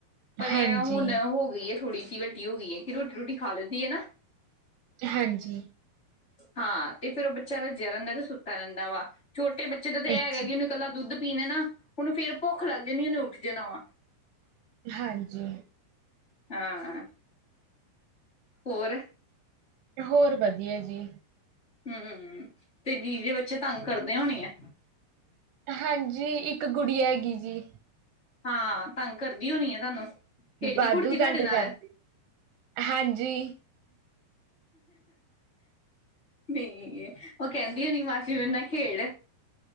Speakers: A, on the left (about 20°); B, on the right (about 80°).
A: ਪਰ ਇਹ
B: ਹਾਂਜੀ,
A: ਹੁਣ ਹੋ ਗਈ ਏ, ਥੋੜ੍ਹੀ ਜਿਹੀ ਵੱਢੀ ਹੋ ਗਈ ਏ ਕਿ ਰੋਟੀ ਰੁਟੀ ਖਾ ਲੈਂਦੀ ਏ ਨਾ?
B: ਹਾਂਜੀ।
A: ਹਾਂ ਤੇ ਫੇਰ ਉਹ ਬੱਚਾ ਰੱਜਿਆ ਰਹਿੰਦਾ ਤੇ ਸੁੱਤਾ ਰਹਿੰਦਾ ਵਾ, ਛੋਟੇ ਬੱਚੇ ਦਾ ਤਾਂ ਇਹਗਾ
B: ਅੱਛਾ,
A: ਕਿ ਉਹਨੂੰ ਇਕੱਲਾ ਦੁੱਧ ਪੀਣੇ ਨਾ ਹੁਣ ਫੇਰ ਭੁੱਖ ਲੱਗ ਜਾਂਣੀਏ ਉਹਨੇ ਉੱਠ ਜਾਣਾ ਵਾ।
B: ਹਾਂਜੀ।
A: ਹਾਂ। ਹੋਰ।
B: ਹੋਰ ਵਧੀਆ ਜੀ।
A: ਹਮ ਤੇ ਦੀ ਜੇ ਬੱਚੇ ਤੰਗ ਕਰਦੇ ਹੋਣੀ ਆ?
B: ਹਾਂਜੀ, ਇੱਕ ਗੁੜੀ ਹੈਗੀ ਜੀ।
A: ਹਾਂ, ਤੰਗ ਕਰਦੀ ਹੋਣੀ ਏ ਤੁਹਾਨੂੰ? ਖੇਡਦੀ
B: ਵਾਧੂ
A: ਕੁੜਦੀ ਤੁਹਾਡੇ
B: ਤੰਗ
A: ਨਾਲ
B: ਕਰਦੇ ਹਾਂਜੀ।
A: ਨਹੀਂ ਉਹ ਕਹਿੰਦੀ ਹੋਣੀ, ਮਾਸੀ ਮੇਰੇ ਨਾਲ ਖੇਡ